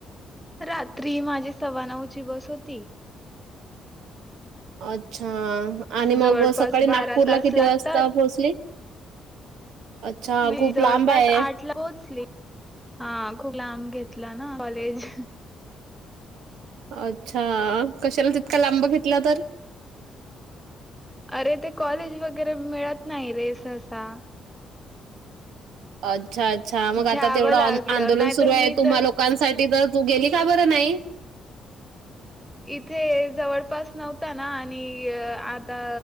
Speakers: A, in the centre; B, on the right (about 85°).
A: रात्री माझी सव्वा नऊची बस होती
B: अच्छा आणि
A: जवळपास
B: मग सकाळी नागपूरला
A: बारा तास
B: किती
A: लागतात
B: वाजता पोहोचली अच्छा
A: मी
B: खूप
A: जवळपास
B: लांब आहे.
A: आठ ला पोहोचली हा खूप लांब घेतला ना कॉलेज
B: अच्छा कशाला तितका लांब घेतला तर
A: अरे ते कॉलेज वगैरे मिळत नाही रे सहसा
B: अच्छा अच्छा मग
A: घ्यावं
B: आता तेवढं
A: लागलं
B: अन् आंदोलन
A: नाहीतर
B: सुरू
A: मी
B: आहे तुम्हा
A: तर
B: लोकांसाठी तर तू गेली का बरं नाही
A: इथे जवळपास नव्हता ना आणि आता